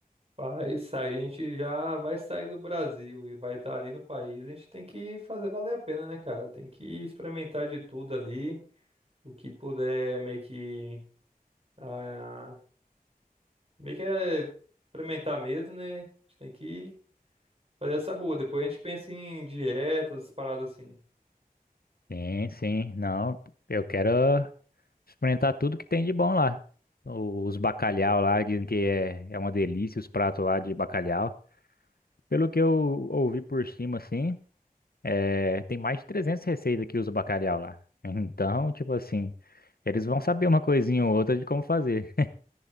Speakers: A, on the right; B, on the left.
A: Vai sair, a gente já vai sair do Brasil e vai estar ali no país, a gente tem que fazer valer a pena, né, cara? Tem que experimentar de tudo ali, o que puder meio que ah, meio que é experimentar mesmo, né? A gente tem que fazer essa boa. Depois a gente pensa em dietas, paradas assim.
B: Sim, sim, não, eu quero experimentar tudo que tem de bom lá. O- Os bacalhau lá, dizem que é, é uma delícia os pratos lá de bacalhau. Pelo que eu ouvi por cima, assim. É, tem mais de 300 receitas que usa o bacalhau lá. Então, tipo assim, eles vão saber uma coisinha ou outra de como fazer.